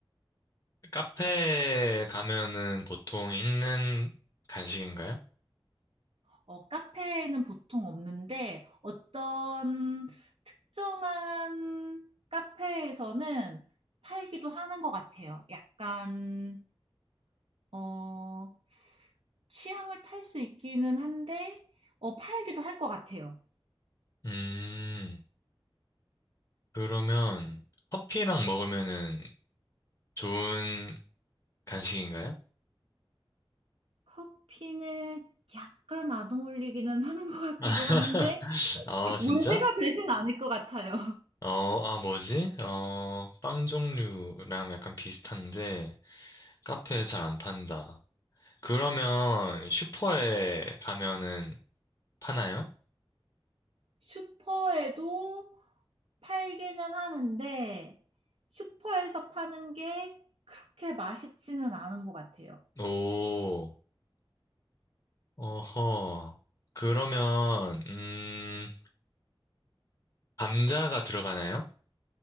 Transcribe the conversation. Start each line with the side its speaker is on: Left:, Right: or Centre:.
Left: 카페에 가면은 보통 있는 간식인가요?
Right: 어, 카페에는 보통 없는데 어떤 특정한 카페에서는 팔기도 하는 것 같아요. 약간, 어, 취향을 탈 수 있기는 한데, 어, 팔기도 할 것 같아요.
Left: 음, 그러면 커피랑 먹으면은 좋은 간식인가요?
Right: 커피는 약간 안 어울리기는 하는 것 같기도
Left: <laughs>
Right: 한데,
Left: 아, 진짜?
Right: 문제가 되진 않을 것 같아요.
Left: 어, 아, 뭐지? 어, 빵 종류랑 약간 비슷한데 카페에 잘 안 판다. 그러면 슈퍼에 가면은 파나요?
Right: 슈퍼에도 팔기는 하는데, 슈퍼에서 파는 게 그렇게 맛있지는 않은 것 같아요.
Left: 오, 어허. 그러면, 음, 감자가 들어가나요?